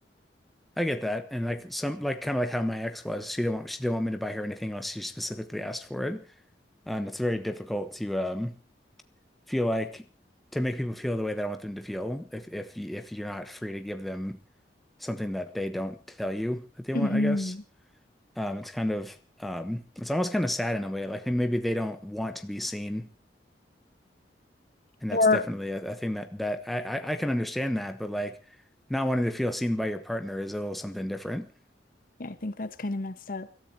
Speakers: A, in the centre; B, on the left (about 50°).
A: I get that. And like some like kind of like how my ex was. She didn't want she didn't want me to buy her anything unless she specifically asked for it. And it's very difficult to um feel like to make people feel the way that I want them to feel. If if y- if you're not free to give them something that they don't tell you that they
B: hmm
A: want, I guess. Um, it's kind of um, it's almost kind of sad in a way. Like maybe they don't want to be seen, and
B: Or,
A: that's definitely a, a thing that that I, I I can understand that. But like not wanting to feel seen by your partner is a little something different.
B: yeah, I think that's kind of messed up.